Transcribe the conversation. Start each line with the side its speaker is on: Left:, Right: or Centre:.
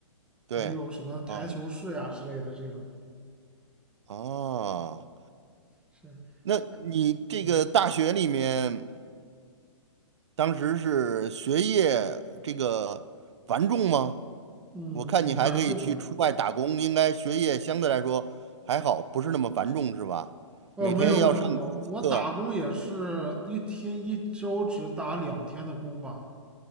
Right: 对，
Centre: 还有什么台球室呀之类的这种，
Right: 哦哦，
Centre: 是，
Right: 那你这个大学里面
Centre: 嗯
Right: 当时是学业这个繁重吗？
Centre: 嗯，
Right: 我看你还可以去出外打工，
Centre: 挺繁重的。
Right: 应该学业相对来说还好，不是那么繁重是吧？
Centre: 哦，
Right: 每天要上几节课？
Centre: 没有没有没有，我打工也是一天一周只打两天的工吧。